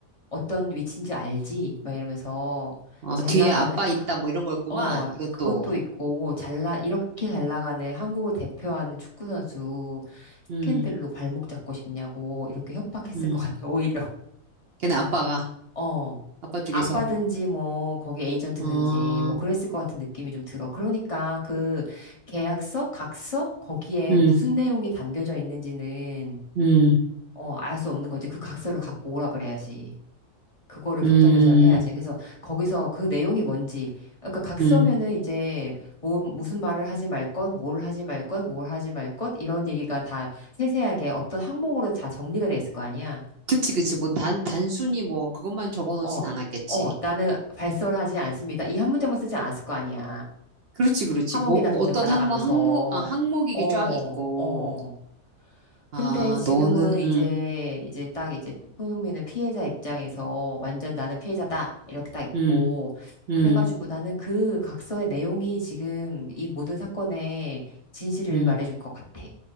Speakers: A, on the left; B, on the right.
A: 어떤 위치인지 알지? 막 이러면서
B: 어,
A: 잘
B: 뒤에
A: 나가는,
B: 아빠 있다 뭐 이런 거였구만.
A: 어,
B: 이것도.
A: 그것도 있고, 잘 나, 이렇게 잘 나가는 한국을 대표하는 축구선수 스캔들로
B: 음,
A: 발목 잡고 싶냐고 이렇게 협박했을
B: 음.
A: 것 같아, <laughs> 오히려.
B: 걔네 아빠가
A: 어.
B: 아빠 쪽에서.
A: 아빠든지 뭐 거기 에이전트든지
B: 어, 어,
A: 뭐 그랬을 것 같은 느낌이 좀 들어. 그러니까 그 계약서, 각서 거기에
B: 음,
A: 무슨 내용이 담겨져 있는지는
B: 음,
A: 어, 알 수 없는 거지. 그 각서를 갖고 오라 그래야지. 그거를 경찰
B: 음,
A: 조사를 해야지. 그래서 거기서 그 내용이 뭔지. 그러니까 각서면은
B: 음.
A: 이제 뭐 무슨 말을 하지 말 것, 뭘 하지 말 것, 뭘 하지 말 것 이런 얘기가 다 세세하게 어떤 항목으로 다 정리가 돼 있을 거 아니야.
B: 그치, 그치. 뭐 단, 단순히 뭐 그것만 적어 놓진
A: 어,
B: 않았겠지.
A: 어, 나는 발설하지 않습니다. 이 한 문장만 쓰지 않았을 거 아니야.
B: 그렇지, 그렇지.
A: 삼억이나
B: 뭐, 뭐
A: 돈을
B: 어떤
A: 받아가면서.
B: 항목, 항목, 아, 항목이
A: 어,
B: 게쫙 있고.
A: 어. 근데
B: 아,
A: 지금은
B: 너는,
A: 이제,
B: 음,
A: 이제 딱 이제 손흥민은 피해자 입장에서 완전 나는 피해자다. 이렇게 딱 있고.
B: 음, 음,
A: 그래가지고 나는 그 각서의 내용이 지금 이 모든 사건의 진실을
B: 음,
A: 말해줄 것 같아.